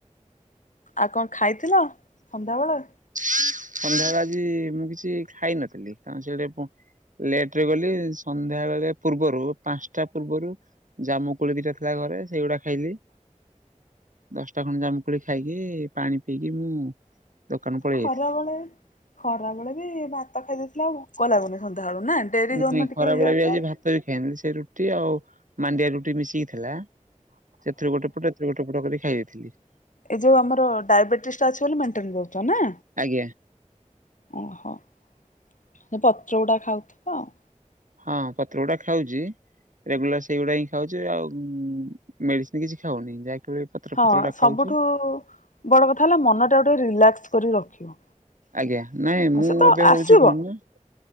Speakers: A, on the left; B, on the right.
A: ଆଉ କଣ ଖାଇଥିଲ ସଂଧ୍ୟାବେଳେ?
B: ସନ୍ଧ୍ୟାବେଳେ ଆଜି ମୁଁ କିଛି ଖାଇନଥିଲି କାରଣ ସେଟ ଲେଟରେ ଗଲି ସନ୍ଧ୍ୟା ବେଳେ ପୂର୍ବରୁ ପାଞ୍ଚଟା ପୂର୍ବରୁ ଜାମୁ କୋଳି ଦିଟା ଥିଲା ଘରେ ସେଇଗୁଡା ଖାଇଲି। ଦଶଟା ଖଣ୍ଡେ ଜାମୁକୋଳି ଖାଇକି ପାଣି ପିଇକି ମୁଁ ଦୋକାନ ପଳେଇ
A: ଖରା
B: ଯାଇଥିଲି।
A: ବେଳେ, ଖରା ବେଳେ ବି ଭାତ ଖାଇଦେଇଥିଲେ ଆଉ ଭୋକ ଲାଗୁନି ସନ୍ଧ୍ୟାବେଳୁ ନା ଡେରି ଯୋଉଦିନ
B: ନାଇଁ
A: ଟିକେ
B: ଖରାବେଳେ
A: ହେଇଯାଉଛି ଆଉ
B: <unintelligible> ସେ ରୁଟି ଆଉ ମାଣ୍ଡିଆ ରୁଟି ମିଶିକି ଥିଲା ସେଥିରୁ ଗୋଟେ ପଟ ଗୋଟେ ପଟ କରି ଖାଇ ଦେଇଥିଲି।
A: ଏଇ ଯୋଉ ଆମର ଡାଇବେଟିସ ଟା ଅଛି ବୋଲି ମେଣ୍ଟେନ କରୁଛ ନା?
B: ଆଜ୍ଞା।
A: ଓହୋ, ସେ ପତ୍ର ଗୁଡା ଖାଉଥିବ ଆଉ।
B: ହଁ ପତ୍ରଗୁଡା ଖାଉଛି ରେଗୁଲାର ସେଇଗୁଡା ହିଁ ଖାଉଛି ଆଉ ମେଡିସିନ୍ କିଛି ଖାଉନି ଯାହା ପତ୍ର
A: ହଁ,
B: ଫତ୍ରଗୁଡା
A: ସବୁଠୁ
B: ଖାଉଛି।
A: ବଡ଼ କଥା ହେଲା ମନଟାକୁ ଟିକେ ରିଲାକ୍ସ କରି ରଖିବ।
B: ଆଜ୍ଞା, ନାଇଁ ମୁଁ
A: ସେ ତ
B: ମୋତେ
A: ଆସିବ
B: ହଉଛି କଣ ନା